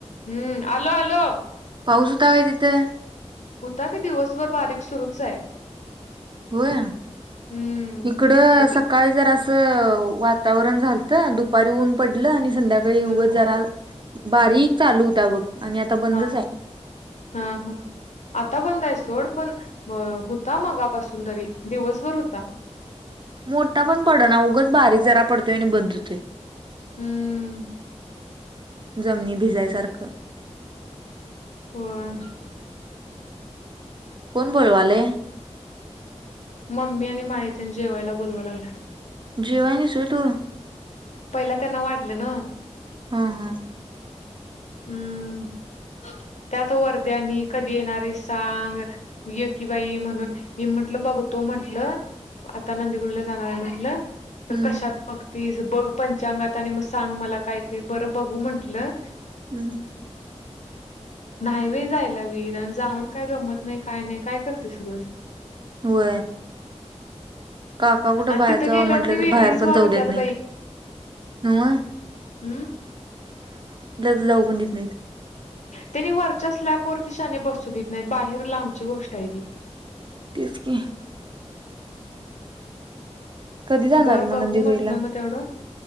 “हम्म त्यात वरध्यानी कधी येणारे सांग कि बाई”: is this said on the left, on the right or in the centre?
Left